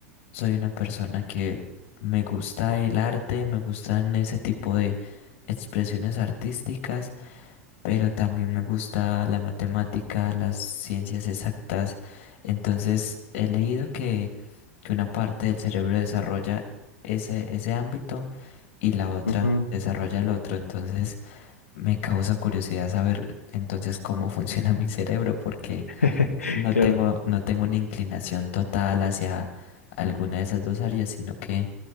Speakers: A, on the left (about 55°); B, on the left (about 90°).
A: soy una persona que me gusta el arte, me gustan ese tipo de expresiones artísticas pero también me gusta la matemática, las ciencias exactas. Entonces, he leído que, que una parte del cerebro desarrolla ese, ese ámbito y la otra
B: ujú.
A: desarrolla el otro. Entonces, me causa curiosidad saber entonces cómo <laughs> funciona mi cerebro, porque
B: <laughs>
A: no
B: Claro,
A: tengo, no tengo una inclinación total hacia alguna de esas dos áreas, sino que